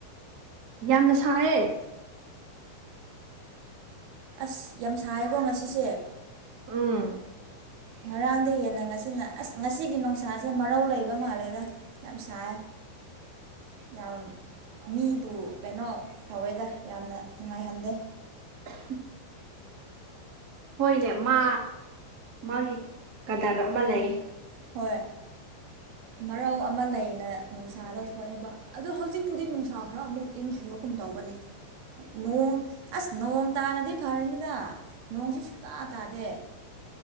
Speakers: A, on the right; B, on the right.
A: ꯌꯥꯝꯅ ꯁꯥꯏꯌꯦ꯫
B: ꯑꯁ ꯌꯥꯝ ꯁꯥꯏꯌꯦꯀꯣ ꯉꯁꯤꯁꯦ꯫
A: ꯎꯝ꯫
B: ꯉꯔꯥꯡꯗꯒꯤ ꯍꯦꯟꯅ ꯉꯁꯤꯅ ꯑꯁ ꯉꯁꯤꯒꯤ ꯅꯨꯡꯁꯥꯁꯦ ꯃꯔꯧ ꯂꯩꯕ ꯃꯥꯜꯂꯦꯗ꯫ ꯌꯥꯝ ꯁꯥꯏꯌꯦ ꯌꯥꯝ ꯃꯤꯕꯨ ꯀꯩꯅꯣ ꯇꯧꯋꯦꯗ ꯌꯥꯝꯅ ꯅꯨꯡꯉꯥꯏꯍꯟꯗꯦ꯫
A: <unintelligible> ꯍꯣꯏꯅꯦ ꯃꯥ ꯃꯥꯒꯤ ꯀꯗꯔ ꯑꯃ ꯂꯩꯌꯦ꯫
B: ꯍꯣꯏ ꯃꯔꯧ ꯑꯃ ꯂꯩꯅ ꯅꯨꯡꯁꯥꯗ ꯊꯣꯛꯑꯦꯕ ꯑꯗꯣ ꯍꯧꯖꯤꯛ ꯍꯧꯖꯤꯛꯄꯨꯗꯤ ꯅꯨꯡꯁꯥ ꯈꯔ ꯑꯃꯨꯛ ꯏꯟꯈꯤꯕ ꯒꯨꯝ ꯇꯧꯕꯅꯦ꯫ ꯅꯣꯡ ꯑꯁ ꯅꯣꯡ ꯇꯥꯔꯗꯤ ꯐꯔꯅꯤꯗ ꯅꯣꯡꯁꯨ ꯁꯨꯛꯇꯥ ꯇꯥꯗꯦ